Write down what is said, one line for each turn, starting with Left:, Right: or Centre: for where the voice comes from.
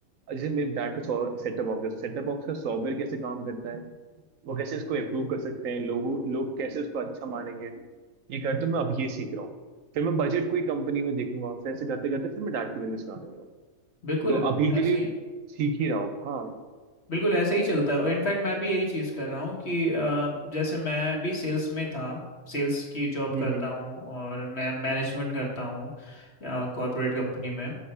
Right: जैसे मेरे डैड का सेटअप बॉक्स है तो सेटअप बॉक्स का सॉफ्टवेयर कैसे काम करता है वो कैसे उसको इम्प्रूव कर सकते हैं लोगों लोग कैसे उसको अच्छा मानेंगे ये करते हुए मैं अभी ये सीख रहा हूँ फिर मैं बजट कोई कंपनी में देखूंगा फिर ऐसे करते करते फिर मैं डैड के बिजनेस में आ जाऊंगा
Left: बिल्कुल
Right: तो अभी के
Left: ऐसे
Right: लिए
Left: ही
Right: सीख ही रहा हूँ हाँ
Left: बिल्कुल ऐसे ही चलता है और इनफैक्ट मैं भी यही चीज़ कर रहा हूँ कि अ, जैसे मैं भी सेल्स में था सेल्स की जॉब
Right: हम्म
Left: करता
Right: हम्म
Left: हूँ और मैं मैनेजमेंट करता हूँ कॉर्पोरेट कंपनी में